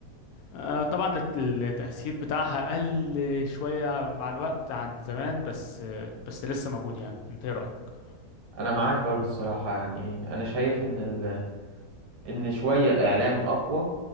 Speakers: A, on the left (about 70°); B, on the right (about 85°).
A: آه، طبعا الت- التأثير بتاعها قل شوية مع الوقت عن زمان بس آه، بس لسه موجود يعني انت ايه رأيك؟
B: انا معاك برضو الصراحه يعني انا شايف ان ال... ان شويه الاعلام اقوى